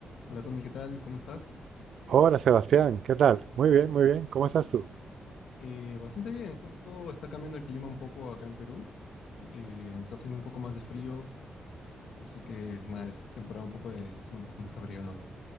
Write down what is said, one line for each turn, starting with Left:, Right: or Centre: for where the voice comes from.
Left: Hola Tony, ¿qué tal? ¿Cómo estás?
Right: Hola Sebastián, ¿qué tal? Muy bien, muy bien. ¿Cómo estás tú?
Left: Eh, bastante bien, justo está cambiando el clima un poco acá en Perú. Eh, está haciendo un poco más de frío, así que nada, es temporada un poco de, de estar un poco más abrigados.